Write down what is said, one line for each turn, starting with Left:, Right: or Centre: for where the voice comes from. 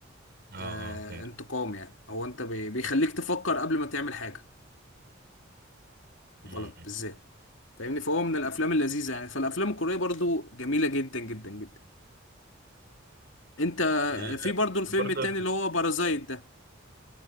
Right: اه
Left: آه
Right: اه فهمت
Left: انتقام يعني هو انت بي- بيخليك تفكر قبل ما تعمل حاجة
Right: امم
Left: غلط بالذات فاهمني فهو من الافلام اللذيذة يعني فالافلام الكورية برضو جميلة جدا جدا جدا انت
Right: ال-
Left: في برضو الفيلم
Right: برضه
Left: التاني اللي هو بارازايت ده